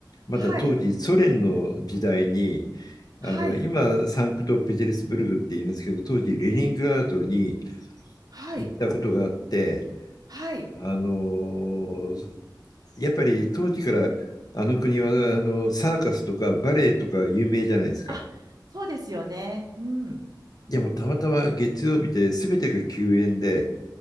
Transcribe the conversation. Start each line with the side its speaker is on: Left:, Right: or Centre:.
Left: まだ当時ソ連の時代に、
Right: はい、はい、
Left: あの、今、サンクトペテルスブルグって言いますけど、当時レニングラードに
Right: はい、
Left: 行ったことがあって、
Right: はい。
Left: あの、やっぱり当時からあの国はあのサーカスとかバレエとか有名じゃないですか。
Right: あ、そうですよね。うん。
Left: でもたまたま月曜日で全てが休園で、